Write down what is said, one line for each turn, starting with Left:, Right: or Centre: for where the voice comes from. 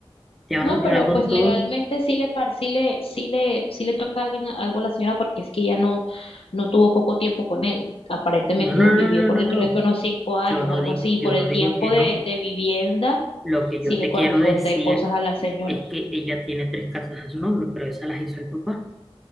Centre: te vas
Left: No,
Centre: a quedar
Left: pero
Centre: con
Left: pues legalmente
Centre: todo.
Left: sí le, par- sí le, sí le, sí le toca a alguien algo a la señora porque es que ella no, no tuvo poco tiempo con él. Aparentemente
Centre: No, no,
Left: vivió
Centre: no, no,
Left: con
Centre: no,
Left: él
Centre: no.
Left: creo que unos cinco años,
Centre: Yo no
Left: algo
Centre: digo,
Left: así. Y
Centre: yo
Left: por el
Centre: no digo
Left: tiempo
Centre: que
Left: de,
Centre: no.
Left: de vivienda
Centre: Lo que
Left: sí
Centre: yo
Left: le
Centre: te
Left: corresponde
Centre: quiero decir
Left: cosas a la señora.
Centre: es que ella tiene tres casas a su nombre, pero esas las hizo el papá.